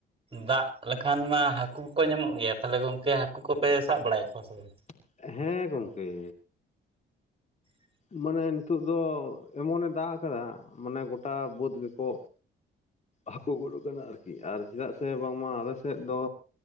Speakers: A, on the right (about 30°); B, on the left (about 35°).
A: ᱫᱟᱜ ᱞᱮᱠᱷᱟᱱ ᱢᱟ ᱦᱟᱹᱠᱩ ᱠᱚᱠᱚ ᱧᱟᱢᱚᱜ ᱜᱮᱭᱟ ᱛᱟᱦᱞᱮ ᱜᱚᱝᱠᱮ ᱦᱟᱹᱠᱩ ᱠᱚᱯᱮ ᱥᱟᱵ ᱵᱟᱲᱟᱭᱮᱫ ᱠᱚᱣᱟ ᱥᱮ ᱵᱟᱝ
B: <inaudible> ᱦᱮᱸ ᱜᱚᱢᱠᱮ <inaudible>
A: <inaudible>
B: ᱢᱟᱱᱮ ᱱᱤᱛᱚᱜ ᱫᱚ ᱮᱢᱚᱱᱮ ᱫᱟᱜ ᱟᱠᱟᱫᱟ ᱢᱟᱱᱮ ᱜᱚᱴᱟ ᱵᱟᱹᱫᱽ ᱜᱮᱠᱚ ᱦᱟᱹᱠᱩ ᱜᱚᱜ ᱠᱟᱱᱟ ᱟᱨᱠᱤ ᱟᱨ ᱪᱮᱫᱟᱜ ᱥᱮ ᱵᱟᱝᱢᱟ ᱟᱞ ᱥᱮᱫ ᱫᱚ